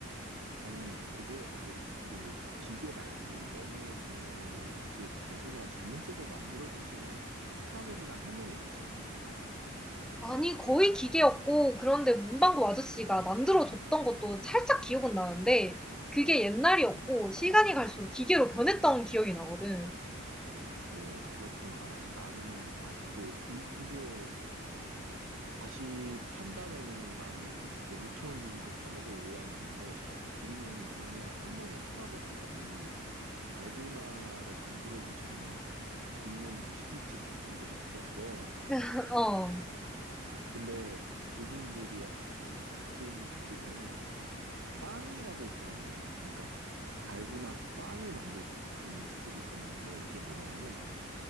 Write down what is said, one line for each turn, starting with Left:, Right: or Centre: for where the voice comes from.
Right: 아니, 그게 또, 그리고 기계 말고 너네 동네에는 혹시 달고나 전문적으로 만들어주시는 할아버지나 할머니 계셨니?
Centre: 아니, 거의 기계였고, 그런데 문방구 아저씨가 만들어줬던 것도 살짝 기억은 나는데, 그게 옛날이었고, 시간이 갈수록 기계로 변했던 기억이 나거든.
Right: 오, 그랬구나. 나는 아직도 이, 이거 다시 판다면은 나는 솔직히 5천 원 주고도 사 먹을 의향이 있는데 우리는 동네 할머니, 할아버지들이 달고나를 만들어주시는 전문 기술직 분들이 계셨어.
Centre: <laughs> 어,
Right: 근데 그분들이 갖고 있는 스킬 중에 빵이라고 부르는 그러니까 달고나 빵을 만들 수 있는 스킬이 있었는데 이게 뭐냐면은